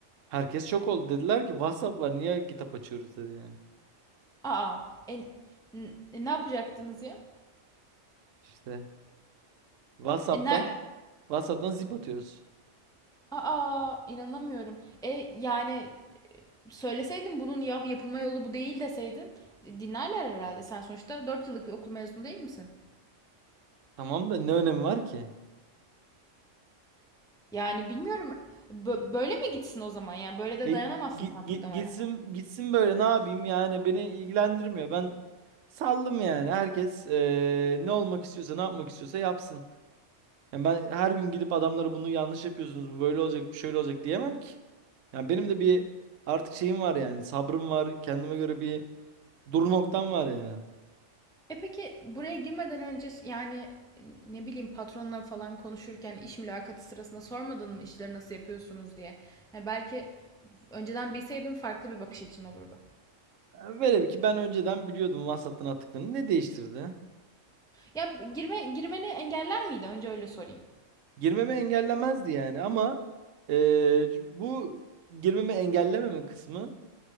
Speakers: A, on the right; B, in the centre.
A: Herkes şok oldu. Dediler ki WhatsApp var niye GitHub açıyoruz dedi yani.
B: Aa, e, n- e, ne yapacaktınız ya?
A: İşte WhatsApp'tan
B: E, ner-
A: WhatsApp'tan zip atıyoruz.
B: Aa, inanamıyorum. E, yani e, söyleseydin bunun yap yapılma yolu bu değil deseydin e, dinlerler herhalde. Sen sonuçta 4 yıllık bir okul mezunu değil misin?
A: Tamam da ne önemi var ki?
B: Yani bilmiyorum. Bö- böyle mi gitsin o zaman? Yani böyle de
A: E,
B: dayanamazsın
A: gi-
B: sen
A: gi-
B: muhtemelen.
A: gitsin gitsin böyle ne yapayım yani beni ilgilendirmiyor. Ben saldım yani. Herkes e, ne olmak istiyorsa ne yapmak istiyorsa yapsın. Yani ben her gün gidip adamlara bunu yanlış yapıyorsunuz, bu böyle olacak, bu şöyle olacak diyemem ki. Yani benim de bir artık şeyim var yani sabrım var, kendime göre bir dur noktam var yani.
B: E peki buraya girmeden önce yani e, ne bileyim patronla falan konuşurken iş mülakatı sırasında sormadın mı işleri nasıl yapıyorsunuz diye. Yani belki önceden bilseydin farklı bir bakış açın olurdu.
A: Yani Velev ki ben önceden biliyordum WhatsApp'tan attıklarını ne değiştirdi?
B: Ya girme girmeni engeller miydi? Önce öyle sorayım.
A: Girmeme engellemezdi yani ama eee, c- bu girmeme engellememe kısmı